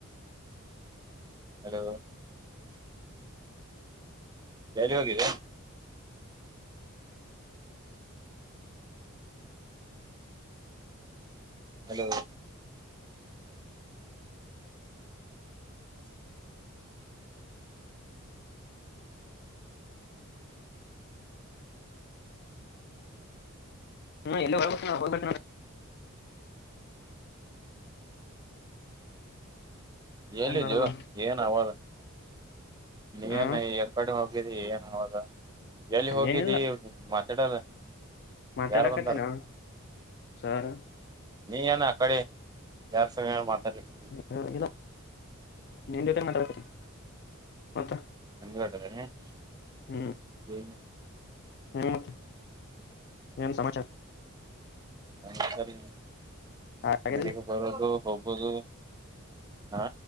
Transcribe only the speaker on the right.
ಹಲೋ ಎಲ್ಲಿ ಹೋಗಿದಿ ಹಲೋ
ಎಲ್ಲೆದೀಯೊ
ಏನ್ ಅವಾಜ ನೀ
ಏನ ಯಕಡಿ ಹೋಗಿದ್ದಿ ಏನ್ ಅವಾಗ ಎಲ್ಲಿ ಹೋಗಿದ್ದಿ
ಹ್ಮ್ ಮಾತಾಡಲ್ಲ
ಯಾರ್ ಬಂದಾರ
ನೀ ಏನ ಆ ಕಡೆ ಯಾರ್ <unintelligible> ಮಾತಾಡಿದಿ
<unintelligible>
ಹ್ಮ
<unintelligible>
ಬರೋದು ಹೋಗೋದು ಹಾ